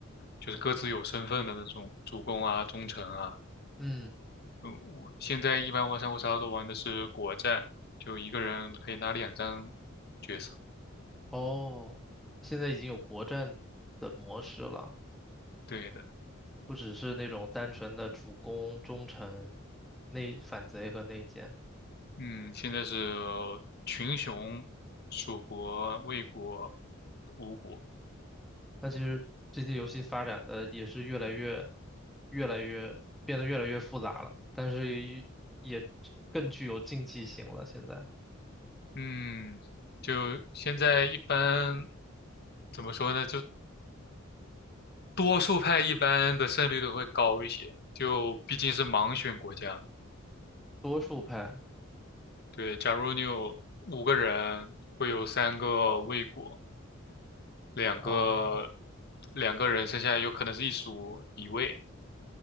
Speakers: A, on the left; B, in the centre.
A: 就是各自有身份的那种主公啊、忠臣啊。
B: 嗯，
A: 嗯，我现在一般玩三国杀都玩的是国战，就一个人可以拿两张角色。
B: 哦，现在已经有国战的模式了。
A: 对的。
B: 不只是那种单纯的主攻、忠臣、内反贼和内奸。
A: 嗯，现在是群雄、蜀国、魏国、吴国。
B: 那其实这些游戏发展的也是越来越、越来越变得越来越复杂了，但是也也更具有竞技性了。现在
A: 嗯，就现在一般怎么说呢？就多数派一般的胜率都会高一些，就毕竟是盲选国家嘛
B: 多数派，
A: 对，假如你有五个人，会有三个魏国，两个
B: 哦，
A: 两个人，剩下有可能是一蜀一魏。